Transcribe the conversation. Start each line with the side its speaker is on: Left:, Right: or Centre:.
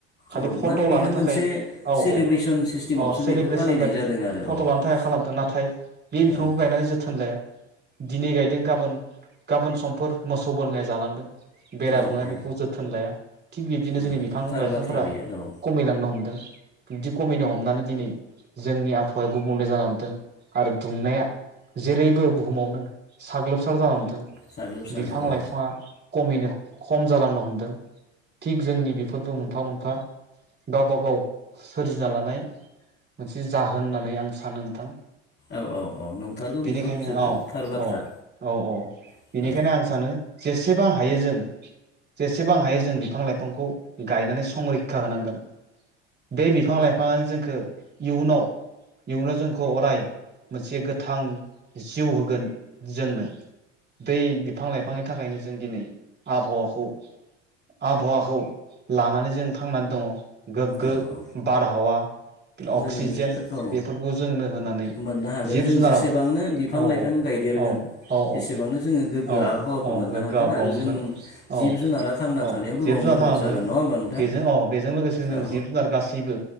Right: खालि
Left: औ
Right: फट'
Left: माने बेखौ
Right: लानो थाखाय
Left: मोनसे
Right: औ
Left: सेलेब्रेसन
Right: औ
Left: सिस्टेमावसो
Right: औ सेलेब्रेसन
Left: बेखौ फालिनाय
Right: बायदि
Left: जादों आरो
Right: फट'
Left: औ
Right: लानो थाखाय खालामदों नाथाय बे बिफांखौ
Left: औ
Right: गायनानै जोथोन लाया। दिनै गायदों गाबोन गाबोन समफोर मोसौ बोरमाया जालांदों। बेरा
Left: औ
Right: दुमा
Left: औ
Right: बेखौ जोथोन लाया थिग बिब्दिनो
Left: उम
Right: जोंनि बिफां
Left: थार
Right: लाइफांफोरा
Left: बाथ्रा बेयो औ
Right: खमायलांनो हमदों। बिबदि खमिनो हमनानै दिनै जोंनि आबहावाया गुबुंले जाल हमदों आरो दुंनाया जेरैबो बुहुमावनो साग्लोबसार जालांदों।
Left: साग्लोबसारदों
Right: बिफां
Left: औ
Right: लाइफाङा खमिनो खम जालांनो हमदों। थिग जोंनि बेफोरबो मोनफा मोनफा गावबा गाव सोरजिना लानाय। मोनसे जाहोन होननानै आं सानो नोंथां।
Left: औ औ औ नंथारगौ बेथ'
Right: बेनिखायनो
Left: जोबोर
Right: औ
Left: थार बाथ्रा
Right: औ औ औ
Left: औ
Right: बेनिखायनो आं सानो जेसेबां हायो जों जेसेबां हायो जों बिफां लाइफांखौ। गायनानै संरैखा होनांगोन बे बिफां लाइफाङानो जोंखौ इयुनाव इयावनो जोंखौ अराय मोनसे गोथां जिउ होगोन जोंनो। दै बिफां लाइफांनि थाखायनो जों दिनै आबहावाखौ आबहावाखौ लानानै जों थांनानै दङ। गोग्गो
Left: औ औ
Right: बारहावा अक्सिजेन
Left: जोङो औ
Right: बेफोरखौ जोंनो होनानै
Left: मोननो हागोन
Right: जिब
Left: जों
Right: जुनाराव
Left: जेसेबांनो
Right: औ
Left: बिफां लाइफां
Right: औ
Left: गायदेरगोन
Right: औ औ
Left: एसेबांनो
Right: औ
Left: जोङो गोग्गो
Right: औ
Left: आबहावाखौ
Right: औ
Left: मोननो
Right: गोग्गो
Left: हागोन
Right: आबहावा
Left: आरो
Right: मोनगोन
Left: जों जिब
Right: औ
Left: जुनारा थांना
Right: औ
Left: थानायाव गोबां
Right: जिब जुुनार
Left: मदद
Right: थांना
Left: जागोन
Right: थानो।
Left: नङा होमबा नोंथां
Right: बेजों औ बेजों लोगोसे जों
Left: औ
Right: जिब जुनार गासैबो